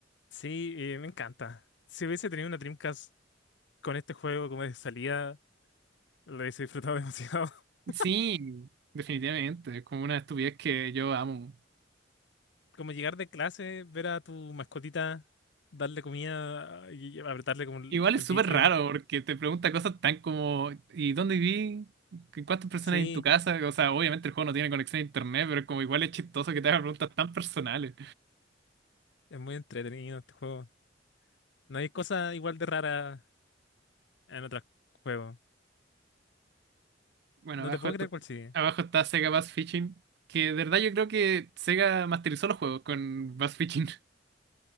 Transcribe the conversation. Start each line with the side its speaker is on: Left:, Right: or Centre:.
Left: Sí, eh, me encanta. Si hubiese tenido una Dreamcast con este juego como de salida Lo he disfrutado demasiado. <laughs>
Right: Sí, definitivamente, es como una estupidez que yo amo.
Left: Como llegar de clase, ver a tu mascotita, darle comida ah, y apretarle como el
Right: Igual es
Left: el
Right: súper
Left: vitrio.
Right: raro porque te pregunta cosas tan como, ¿y dónde viví? ¿Qué- ¿Cuántas personas
Left: Sí,
Right: hay en tu casa? O sea, obviamente el juego no tiene conexión a internet, pero como igual es chistoso que te hagan preguntas tan personales.
Left: es muy entretenido este juego. No hay cosa igual de rara en otros juegos.
Right: Bueno,
Left: No
Right: abajo,
Left: te puedo
Right: esto-
Left: creer cuál sigue.
Right: abajo está Sega Bass Fishing, que de verdad yo creo que Sega masterizó los juegos con Bass Fishing. <laughs>